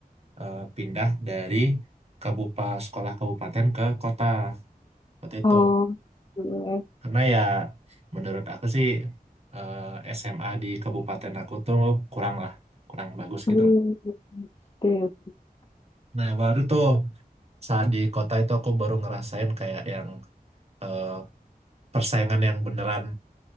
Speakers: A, on the right; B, on the left.
A: eh, pindah dari kabupa sekolah kabupaten ke kota waktu itu.
B: oh oke.
A: Karena ya menurut aku sih eh, SMA di kabupaten aku tuh kurang lah, kurang bagus
B: Hmm,
A: gitu loh.
B: oke.
A: Nah, baru tuh saat di kota itu aku baru ngerasain kayak yang eh, persaingan yang beneran